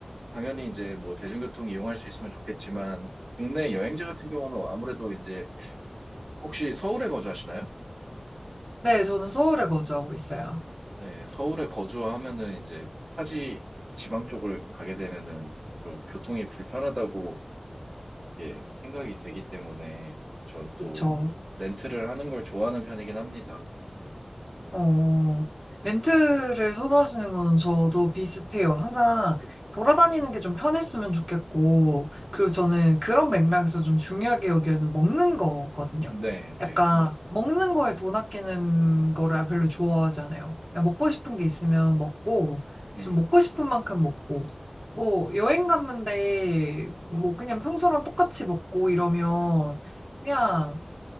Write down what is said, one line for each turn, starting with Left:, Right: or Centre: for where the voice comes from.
Right: 당연히 이제 뭐 대중교통 이용할 수 있으면 좋겠지만 국내 여행지 같은 경우는 아무래도 이제 혹시 서울에 거주하시나요?
Centre: 네, 저는 서울에 거주하고 있어요.
Right: 네, 서울에 거주하면은 이제 타지 지방 쪽을 가게 되면은 좀 교통이 불편하다고 이게 생각이 되기 때문에 전 또
Centre: 그쵸.
Right: 렌트를 하는 걸 좋아하는 편이긴 합니다.
Centre: 어, 렌트를 선호하시는 건 저도 비슷해요. 항상 돌아다니는 게 좀 편했으면 좋겠고, 그리고 저는 그런 맥락에서 좀 중요하게 여기는 먹는 거거든요.
Right: 네, 네.
Centre: 약간, 먹는 거에 돈 아끼는 거를 별로 좋아하지 않아요. 그냥 먹고 싶은 게 있으면 먹고,
Right: 음.
Centre: 좀 먹고 싶은 만큼 먹고, 뭐, 여행 갔는데, 뭐, 그냥 평소랑 똑같이 먹고 이러면, 그냥,